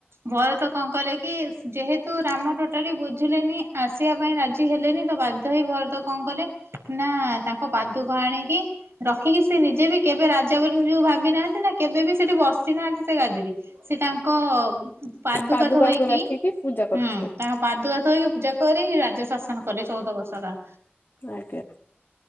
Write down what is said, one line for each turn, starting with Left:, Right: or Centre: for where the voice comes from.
Right: ଭରତ କଣ କଲେ କି ଯେହେତୁ ରାମ ଟୋଟାଲି ବୁଝିଲେନି ଆସିବା ପାଇଁ ରାଜି ହେଲେନି ତ ବା ଭାଇ ଭରତ କଣ କଲେ ନା ତାଙ୍କ ପାଦୁକ ଆଣିକି ରଖିକି ସେ ନିଜେ ବି କେବେ ରାଜା ବୋଲି ଯୋଉ ଭାବି ନାହାନ୍ତି ନା କେବେ ବି ସେଠି ବସିନାହାନ୍ତି ସେ ଗାଦିରେ। ସେ ତାଙ୍କ ପାଦୁକା
Left: ପାଦୁକାକୁ
Right: ଥୋଇକି
Left: ରଖିକି ପୂଜା କରୁଥିଲେ।
Right: ହୁଁ ତାଙ୍କ ପାଦୁକା ଥୋଇକି ପୂଜା କରି ରାଜ୍ୟ ଶାସନ କଲେ ଚଉଦ ବର୍ଷ।
Left: ଆଜ୍ଞା।